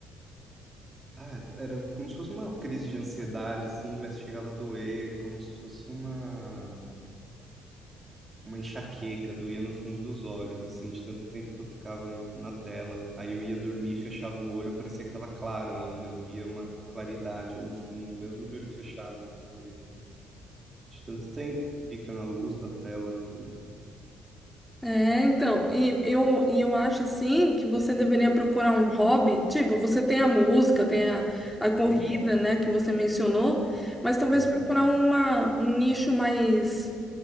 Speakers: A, on the right; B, in the centre.
A: Ah, era como se fosse uma crise de ansiedade, assim, mas chegava a doer, como se fosse uma, uma enxaqueca, doía no fundo dos olhos, assim, de tanto tempo que eu ficava na tela. Aí eu ia dormir, fechava o olho, parecia que estava claro ainda, eu via uma claridade no fundo, mesmo de olho fechado, porque de tanto tempo fica na luz da tela aqui.
B: É, então, e eu, e eu acho assim que você deveria procurar um hobby, tipo, você tem a música, tem a, a corrida,
A: Sim,
B: né, que você mencionou, mas talvez
A: sim.
B: procurar uma, um nicho mais